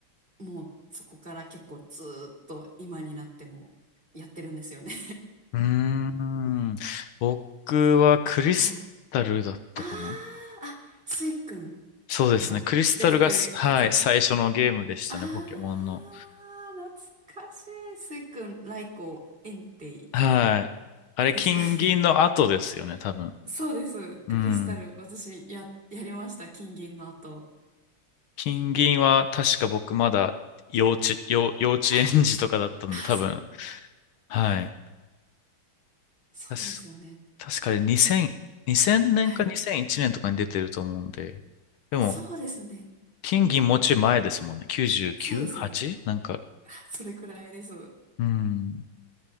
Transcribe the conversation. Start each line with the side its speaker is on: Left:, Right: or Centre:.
Right: もうそこから結構ずーっと今になってもやってるんですよね。
Left: うーん。僕はクリスタルだったかな
Right: <laughs> はい。あーあ、スイくんが出てくるやつ。
Left: そうですね。クリスタルがす、はい、最初のゲームでしたね、
Right: あ
Left: ポケモンの。
Right: あ、懐かしい。スイくん、ライコウ、エンテイ
Left: はい。あれ、
Right: ですよね。
Left: 金銀の後ですよね、多分。
Right: <laughs> そうです。
Left: うん。
Right: クリスタル、私、や、やりました。金銀の後。
Left: 金銀は確か僕まだ幼稚、幼、幼稚園児とかだったので多分、
Right: あ、あ
Left: はい。
Right: そ、
Left: 確
Right: そうですよね。
Left: 確かに2000、年か2001年とかに出てると思うんで、
Right: はい。
Left: でも、
Right: そうですね。
Left: 金銀もうちょい前ですもんね。99?8?
Right: そうです。
Left: なんか、
Right: あそれくらいです。や
Left: うん。